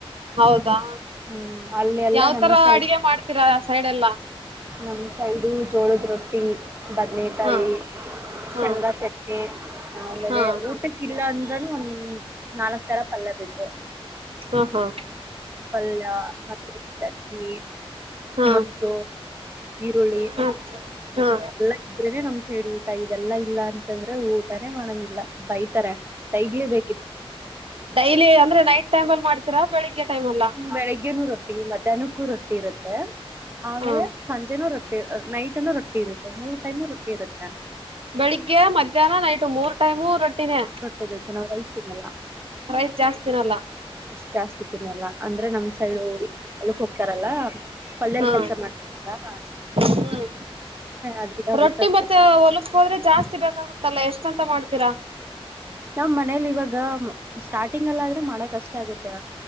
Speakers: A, on the right (about 65°); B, on the right (about 20°).
A: ಹೌದಾ
B: ಹ್ಮ್ ಅಲ್ಲಿ ಎಲ್ಲ
A: ಯಾವ್
B: ನಮ
A: ತರ
B: ಸೈಡ್
A: ಅಡಿಗೆ ಮಾಡ್ತೀರಾ ಆ ಸೈಡ್ ಎಲ್ಲಾ
B: ನಮ ಸೈಡು ಜೋಳದ್ರ ಬದನಕಾಯಿ
A: ಹಾ ಹಾ
B: ಶೆಂಗಾ ಸೆತ್ತೆ ಆಮೇಲೆ
A: ಹಾ
B: ಊಟಕ್ಕ ಇಲ್ಲ ಅಂದ್ರನು ಒಂದ್ ನಾಲ್ಕ್ ತರ ಪಲ್ಲ ಬಕ್ಕೋ
A: ಹಾ ಹಾ
B: ಪಲ್ಯ ಮತ್ತೆ ಚಟ್ನಿ
A: ಹಾ
B: ಮತ್ತು ಈರುಳ್ಳಿ
A: ಹಾ ಹಾ
B: ಇ್ರನೆ ನಮ್ ಸೈಡ್ ಊಟ ಇದೆಲ್ಲಾ ಇಲ್ಲ ಅಂತಂದ್ರೆ ಊಟಾನೇ ಮಾಡಂಗಿಲ್ಲ ಬೈತಾರೆ ತೈಗ್ಲೇ ಬು
A: ಡೈಲಿ ಅಂದ್ರೆ ನೈಟ್ ಟೈಮ್ ಅಲ್ಲಿ ಮಾಡ್ತೀರಾ ಬೆಳಿಗ್ಗೆ ಟೈಮ್ ಅಲ್ಲ
B: ಬೆಳಿಗ್ಗೆನೂ ರೊಟ್ಟಿ ಮಧ್ಯಾಹ್ನಕ್ಕೂ ರೊಟ್ಟಿ ಇರುತ್ತೆ ಆಮೇಲೆ
A: ಹಾ
B: ಸಂಜೆನೂ ರೊಟ್ಟಿ ನೈಟ್ನ್ನು ರೊಟ್ಟಿ ಇರುತ್ತೆ ಮೂರ್ ಟೈಮು ರೊಟ್ಟಿ ಇರುತ್ತೆ
A: ಬೆಳಿಗ್ಗೆ ಮಧ್ಯಾಹ್ನ ನೈಟ್ ಮೂರ್ ಮೋರ್ ಟೈಮು ರೊಟ್ಟಿನೇ
B: ರೊಟ್ಟಿ ಬೇಕು ನಾವ್ ತಿನ್ನಲ್ಲ
A: ರೈಸ್ ಜಾಸ್ತಿನಲ್ಲ
B: ಎಷ್ಟ್ ಜಾಸ್ತಿ ತಿನ್ನಲ್ಲ ಅಂದ್ರೆ ನಮ್ ಸೈಡುಕ್ ಹೋಗ್ತಾರಲ್ಲ ಒಲ್ಲ್
A: ಹಾ
B: ಕೆಲ್ಸ ಮಾಡ್ತಾರ
A: ಹ್ಮ್
B: ಅದಕ್ಕ ಆಗತ್ತಂದ
A: ರೊಟ್ಟಿ ಮತ್ತೆ ಹೊಲಕ್ ಹೋದ್ರೆ ಜಾಸ್ತಿ ಬೇಕಾಗುತ್ತಲ್ಲ ಎಷ್ಟಂತ ಮಾಡ್ತೀರಾ
B: ನಮ್ಮ್ ಮನೇಲಿ ಇವಾಗ ಸ್ಟಾರ್ಟಿಂಗ್ ಅಲ್ಲ್ರ ಮಾಡ ಕಷ್ಟ ಆಗುತ್ತೆ